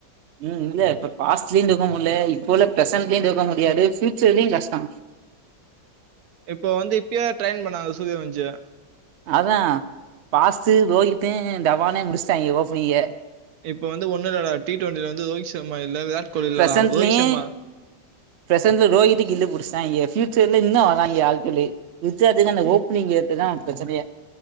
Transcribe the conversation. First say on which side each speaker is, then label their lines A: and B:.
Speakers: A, on the right; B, on the right.
A: ம் இல்ல இப்ப பாஸ்ட்லயு தூக்க முடியல இப்ப உள்ள பிரசென்ட்லயு தூக்க முடியாது ஃபியூச்சர்லயு கஷ்டோ
B: இப்போ வந்து இப்பயே ட்ரையின் பண்ணுதாங்க சூர்ய வம்சிய
A: அதா பாஸ்டு ரோகித்து தவானயு முடிச்சட்டாங்க ஓபனிங்கே
B: இப்ப வந்து ஒன்னு இல்லடா டி டுவென்ட்டில வந்து ரோஹித் சர்மா இல்ல விராட் கோலி இல்லடா
A: பிரசன்ட்லயு
B: ரோஹித் சர்மா
A: பிரசன்ட்ல ரோகிக்துகின்டு புடிஸ்டாய்ங்க ஃபியூச்சர்ல இன்னு வராய்ங்க ஆட்களு இச்சாத்துக்கு அந்த
B: ம்
A: ஓப்பனி்ங் எ இதா பச்ச பய